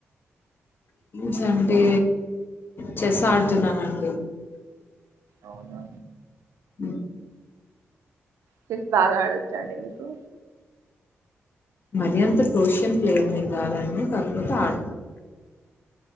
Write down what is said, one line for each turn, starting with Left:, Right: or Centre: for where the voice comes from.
Left: స్ అంటే చెస్ ఆడుతున్నానండి
Right: అవునా
Left: హ్మ్.
Right: సి బాగా ఆడొచ్చాండి మీకు
Left: మరి అంత ప్రోషియన్ ప్లేర్మ కాదని తదుపత ఆడ